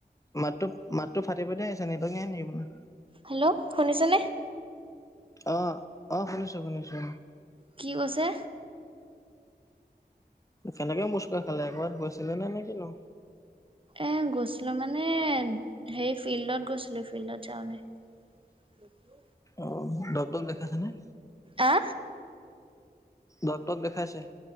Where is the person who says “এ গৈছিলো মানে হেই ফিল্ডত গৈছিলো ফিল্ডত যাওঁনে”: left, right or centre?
Right